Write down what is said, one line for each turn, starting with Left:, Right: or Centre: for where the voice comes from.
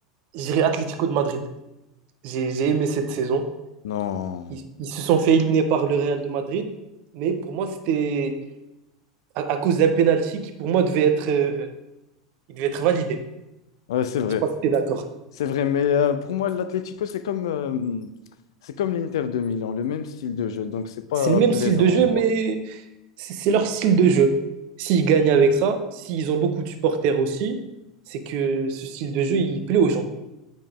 Right: je dirais Atlético de Madrid. J'ai, j'ai aimé cette saison.
Left: Non.
Right: Ils, ils se sont fait éliminer par le Real de Madrid, mais pour moi, c'était à, à cause d'un penalty qui, pour moi, devait être, euh, il devait être validé.
Left: Ouais, c'est vrai.
Right: Je sais pas si t'es d'accord.
Left: C'est vrai, mais euh, pour moi, l'Atlético, c'est comme, euh, c'est comme l'Inter de Milan, le même style de jeu, donc c'est pas
Right: C'est le même
Left: plaisant
Right: style de jeu,
Left: à voir.
Right: mais c'est c'est leur style de jeu. S'ils gagnent avec ça, s'ils ont beaucoup de supporters aussi, c'est que ce style de jeu, il plaît aux gens.